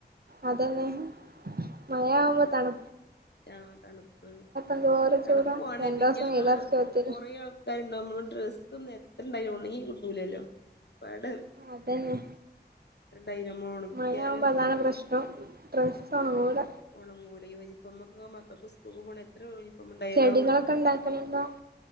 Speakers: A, on the right; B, on the left.
A: അതന്നെ. മഴ ആവുമ്പോ തണ്
B: ആ തണുപ്പ്
A: എന്തോര
B: തണുപ്പാല്
A: ചൂടാ രണ്ടൂസം
B: പിന്നെ ങ്ങള്കൊറേ
A: വെയിലറച്ചോത്തിന്
B: ആൾട്ടാരും ഉണ്ടാവുന്പ്ബം ഡ്രസ് <unintelligible> എത്രണ്ടായി ഉണങ്ങി കിട്ടൂലല്ലോ വടം
A: അതന്നെ
B: ഐയനുമേ ഉണക്കിയാലും
A: മഴയാവുമ്പോ അതാണ് പ്രശ്നം ഡ്രസ്സ് ഒണങ്ങൂല
B: ഉണങ്ങൂല <unintelligible> നമ്മക്ക മക്കക്സ്കുപോണേ എത്ര ഉണ്ടായാലും
A: ചെടികളൊക്കെ ഇണ്ടാക്കല്ല്ണ്ടോ